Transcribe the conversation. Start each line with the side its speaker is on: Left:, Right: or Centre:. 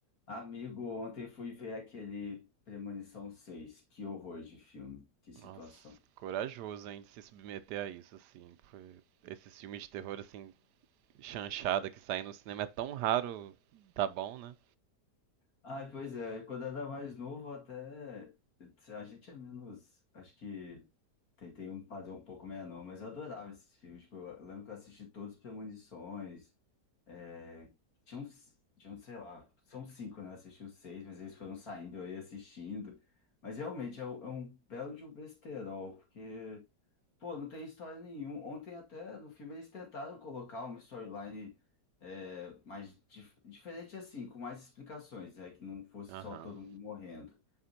Left: Amigo, ontem fui ver aquele Premonição seis, Que horror de filme, que situação.
Right: Nossa, corajoso, hein, de se submeter a isso, assim. Foi... Esses filmes de terror, assim, chanchada que saem no cinema é tão raro, tá bom, né?
Left: Ah, pois é, quando era mais novo, até a gente é menos. Acho que tem, tem um padrão um pouco menor, não, mas eu adorava esses filmes. Tipo, eu lembro que eu assisti todos os Premonições. É, tinha uns, tinha uns, sei lá, são cinco, né? Eu assisti os seis, mas eles foram saindo, eu ia assistindo. Mas realmente é, um- é um belo de um besterol, porque. Pô, não tem história nenhuma. Ontem até no filme eles tentaram colocar uma storyline é, mais dif- diferente assim, com mais explicações, é que não fosse
Right: Aham,
Left: só todo mundo morrendo.